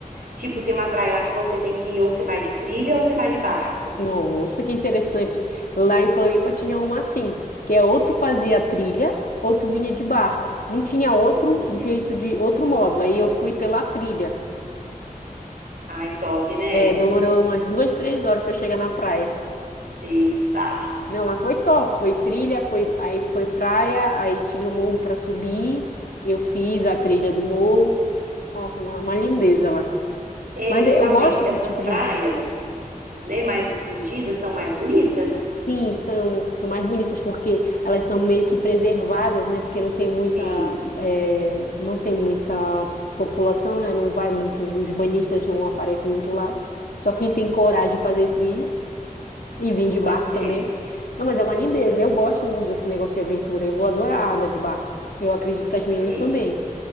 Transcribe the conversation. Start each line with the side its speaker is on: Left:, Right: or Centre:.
Right: Tipo, tem uma praia lá que você tem que ir, ou você vai de trilha ou você vai de barco.
Left: Nossa, que interessante. Lá em Floripa tinha uma assim, que é ou tu fazia trilha, ou tu vinha de barco. Não tinha outro
Right: Uhum.
Left: jeito de, outro modo. Aí eu fui pela trilha.
Right: Ai, top, né?
Left: É, demorou umas duas, três horas para chegar na praia.
Right: Eita.
Left: Não, mas foi top. Foi trilha, foi, aí foi praia, aí tinha o morro para subir. Eu fiz a trilha do morro. Nossa, uma, uma lindeza lá.
Right: Ei,
Left: Mas
Right: geralmente
Left: eu gosto
Right: essas
Left: desse tipo
Right: praias,
Left: de.
Right: né, mais escondidas são mais bonitas.
Left: Sim, são, são mais bonitas porque elas estão meio que preservadas, né? Porque não tem muita,
Right: Sim,
Left: eh, não tem muita população, né? Não vai muito, os banhistas não aparecem muito lá. Só quem tem coragem de fazer trilha. E vim de
Right: pois
Left: barco também.
Right: é.
Left: Não, mas é uma lindeza. Eu gosto muito desse negócio de aventura. Eu vou adorar andar de barco. Eu acredito que as meninas
Right: Ai.
Left: também.